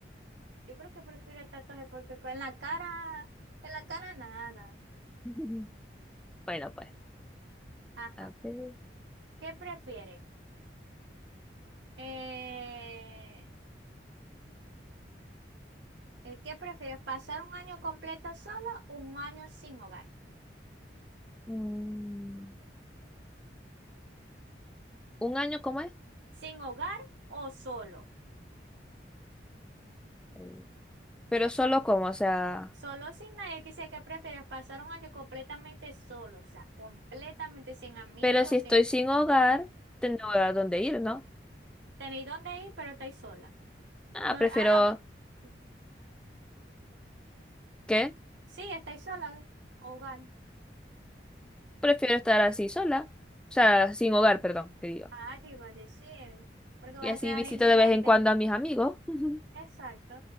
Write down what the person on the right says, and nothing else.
Yo creo que prefiero el tatuaje porque con- en la cara, en la cara nada.
Ajá.
¿Qué prefieres? Eh, eh, ¿qué prefieres? ¿Pasar un año completo solo o un año sin hogar?
¿Sin hogar o solo?
Solo sin nadie. Quisiera que prefieres pasar un año completamente solo, o sea, completamente sin amigos,
sin
tener dónde ir, pero estáis sola.
No,
ah, no.
Sí, estáis sola, hogar.
Ah, yo iba a decir, porque vas
a quedar
indigente.
Exacto,